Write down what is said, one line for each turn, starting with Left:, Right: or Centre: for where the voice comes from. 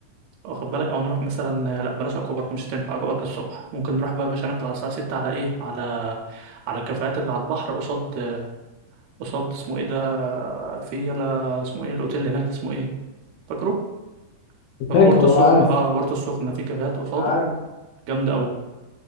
Right: واخد بالك او نروح مثلا لا بلاش اكوا بارك مش هتنفع اكوا بارك الصبح ممكن نروح بقى يا باشا نطلع الساعه ستة على ايه على على الكافيهات اللي على البحر قصاد قصاد اسمه ايه ده في يلا اسمه ايه الاوتيل اللي هناك ده اسمه ايه فاكره هو
Left: فاكره
Right: بورتو السخنة
Left: عارف
Right: اه بورتو السخنة في كافيهات قصاده
Left: عارف
Right: جامدة أوي